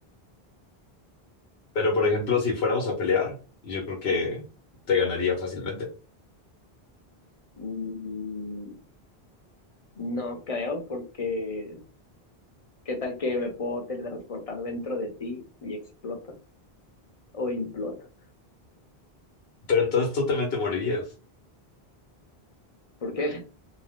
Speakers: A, on the left; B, on the left.
A: pero por ejemplo, si fuéramos a pelear, yo creo que te ganaría fácilmente.
B: Mm, no creo, porque qué tal que me puedo teletransportar dentro de ti y explotas o implotas.
A: Pero entonces tú también te morirías.
B: ¿Por qué?